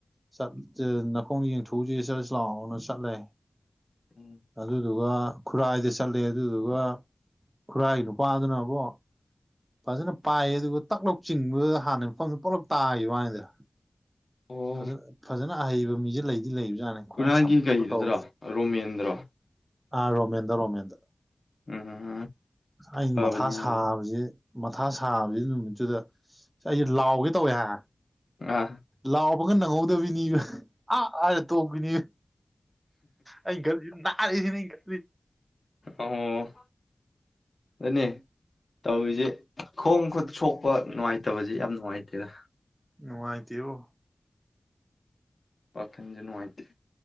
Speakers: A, on the right; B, on the left.
A: ꯆꯠꯆꯦ ꯅꯈꯣꯡꯗ ꯌꯦꯡꯊꯣꯛꯎꯖꯦ ꯆꯠꯁꯤ ꯂꯥꯛꯑꯣꯅ ꯆꯠꯂꯦ
B: ꯎꯝ
A: ꯑꯗꯨꯗꯨꯒ ꯈꯨꯔꯥꯏꯗ ꯆꯠꯂꯦ ꯑꯗꯨꯗꯨꯒ ꯈꯨꯔꯥꯏꯒꯤ ꯅꯨꯄꯥꯗꯨꯅꯕꯣ ꯐꯖꯅ ꯄꯥꯏ ꯑꯗꯨꯒ ꯇꯛꯂꯥꯎ ꯆꯤꯡꯕ ꯍꯥꯟꯅ ꯃꯐꯝꯗ ꯄꯣꯛꯂꯞ ꯇꯥꯒꯤꯕ ꯋꯥꯅꯤꯗ
B: ꯑꯣ
A: ꯐꯖ ꯐꯖꯅ ꯑꯍꯩꯕ ꯃꯤꯖꯦ ꯂꯩꯗꯤ ꯂꯩꯕꯖꯥꯠꯅꯤ ꯈꯣꯡ
B: ꯈꯨꯔꯥꯏꯒꯤ
A: ꯁꯝꯕ ꯈꯣꯠꯄ
B: ꯀꯩꯗꯨꯗꯔꯣ
A: ꯇꯧꯕꯁꯦ
B: ꯑꯥ ꯔꯣꯃꯦꯟꯗꯔꯣ
A: ꯑꯥ ꯔꯣꯃꯦꯟꯗ ꯔꯣꯃꯦꯟꯗ
B: ꯎꯝ
A: ꯑꯩꯅ
B: ꯐꯕꯅꯤꯅꯦ
A: ꯃꯊꯥ ꯁꯥꯕꯁꯤ꯫ ꯃꯊꯥ ꯁꯥꯕꯕꯁꯤ ꯅꯨꯃꯤꯠꯇꯨꯗ ꯑꯩꯁꯦ ꯂꯥꯎꯒꯦ ꯇꯧꯋꯦ ꯍꯥ꯫
B: ꯑꯥ
A: ꯂꯥꯎꯕꯒ ꯅꯪꯍꯧꯗꯕꯤꯅꯤꯕ꯫ ꯑꯥ ꯍꯥꯏꯔ ꯇꯣꯛꯄꯤꯅꯤ ꯑꯩ ꯈꯠꯜꯂꯤ ꯅꯥꯔꯦꯁꯤꯅ ꯑꯩꯅ ꯈꯜꯂꯤꯁꯤ
B: ꯑꯣ ꯑꯗꯨꯅꯤ ꯇꯧꯔꯤꯁꯦ ꯈꯣꯡ ꯈꯨꯠ ꯁꯣꯛꯄ ꯅꯨꯡꯉꯥꯏꯇꯕꯁꯦ ꯌꯥꯝ ꯅꯨꯡꯉꯥꯏꯇꯦꯗ꯫
A: ꯅꯨꯡꯉꯥꯏꯇꯦꯕꯣ꯫
B: ꯄꯥꯛꯊꯟꯁꯨ ꯅꯨꯡꯉꯥꯏꯇꯦ꯫